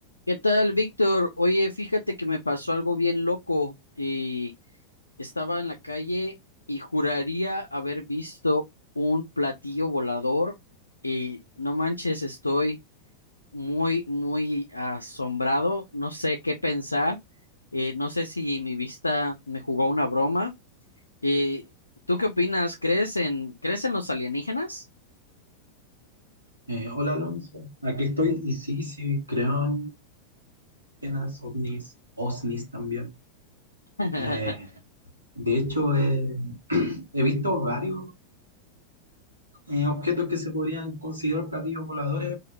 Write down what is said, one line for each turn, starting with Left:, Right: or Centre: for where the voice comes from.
Left: ¿Qué tal, Víctor? Oye, fíjate que me pasó algo bien loco y estaba en la calle y juraría haber visto un platillo volador y no manches, estoy muy, muy asombrado, no sé qué pensar, eh, no sé si mi vista me jugó una broma. Eh, ¿tú qué opinas? ¿Crees en, crees en los alienígenas?
Right: Eh, hola Alonso, aquí estoy y sí, sí, creo en las ovnis, OSNIs también.
Left: <laughs>
Right: Eh, de hecho, eh, he visto varios eh, objetos que se podrían considerar platillos voladores